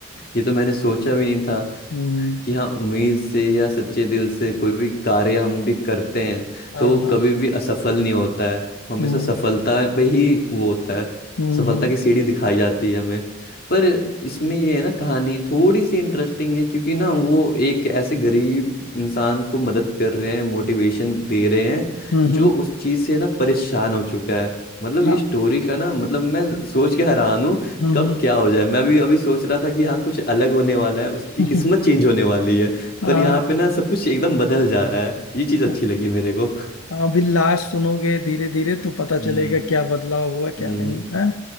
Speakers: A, on the left (about 45°); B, on the left (about 85°).
A: ये तो मैंने सोचा भी नहीं था
B: हम्म
A: कि हाँ उम्मीद से या सच्चे दिल से कोई भी कार्य हम भी करते हैं
B: हाँ
A: तो वो
B: हाँ
A: कभी भी असफल नहीं होता है हमेशा
B: हम्म
A: सफलता पे ही वो होता है
B: हम्म
A: सफलता की सीढ़ी दिखाई जाती है हमें पर इसमें ये है ना कहानी थोड़ी सी इंटरेस्टिंग है क्योंकि ना वो एक ऐसे गरीब इंसान को मदद कर रहे हैं मोटिवेशन दे रहे हैं
B: हम्म
A: जो
B: हम्म,
A: उस चीज से ना परेशान हो चुका है मतलब
B: हाँ
A: ये स्टोरी का ना मतलब मैं सोच के हैरान हूँ
B: हम्म
A: कब
B: हम्म।
A: क्या हो जाए मैं भी अभी सोच रहा था कि हाँ कुछ अलग होने वाला है उसकी
B: <laughs>
A: किस्मत चेंज होने वाली है
B: हाँ
A: पर यहाँ पे ना सब कुछ एकदम बदल जा रहा है ये चीज
B: हाँ,
A: अच्छी लगी मेरे को
B: अभी लास्ट सुनोगे धीरे धीरे तो पता चलेगा
A: हम्म
B: क्या बदलाव हुआ
A: हम्म
B: क्या नहीं है